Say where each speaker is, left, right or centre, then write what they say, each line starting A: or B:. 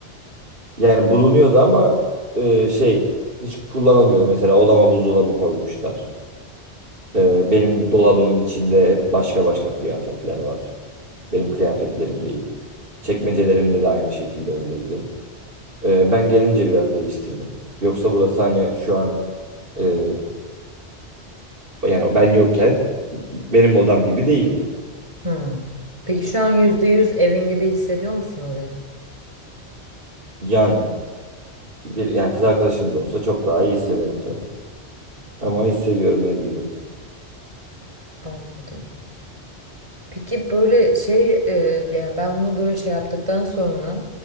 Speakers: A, on the right (about 50°); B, on the right (about 30°).
A: Yani bulunuyordu ama e, şey hiç kullanılmıyordu. Mesela odama buzdolabı koymuşlar. E, benim dolabımın içinde hep başka başka kıyafetler var. Benim kıyafetlerim değil. Çekmecelerimde de aynı şekilde öyleydi. E, ben gelince biraz değiştirdim. Yoksa burası hani şu an e, yani ben yokken benim odam gibi değildi.
B: Hmm. Peki şu an %100 evin gibi hissediyor musun orayı?
A: Yani bir yani kız arkadaşım da olsa çok daha iyi hissederim tabii. Ama hissediyorum ev gibi.
B: Anladım. Peki böyle şey, e, yani ben bunu böyle şey yaptıktan sonra,